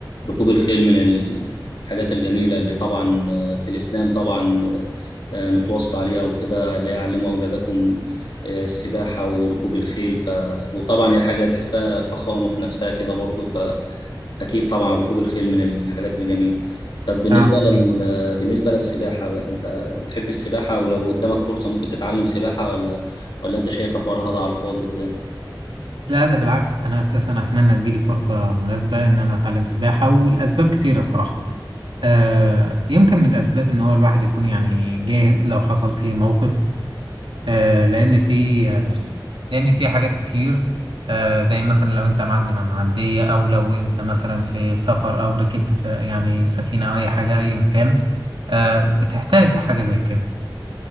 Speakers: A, on the left (about 65°); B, on the right (about 80°).
A: ركوب الخيل من الحاجات الجميله اللي طبعا آه، في الاسلام طبعا آه، متوصى عليها وكده اللي هي علموا اولادكم آه، السباحه وركوب الخيل ف... وطبعا هي حاجه تحسها فخامه في نفسها كده برضو أكيد طبعا ركوب الخيل من الحاجات الجميلة طب بالنسبة
B: نعم صحيح
A: لل... بالنسبة للسباحة بقى، أنت بتحب السباحة ولو قدامك فرصة ممكن تتعلم سباحة ولا ولا أنت شايفها فرهضة على الفاضي وكده؟
B: لا ده بالعكس أنا أساسا أتمنى تجيلي فرصة مناسبة إن أنا أتعلم سباحة والأسباب كتيرة صراحة آه، يمكن من الأسباب إن هو الواحد يكون يعني جاهز لو حصل أي موقف آه، لأن في آه، لأن في حاجات كتير آه، زي مثلا لو أنت معدي من عندية أو لو أنت مثلا في سفر أو ركبت س- يعني سفينة أو أي حاجة أيا كان آه، بتحتاج حاجة زي كده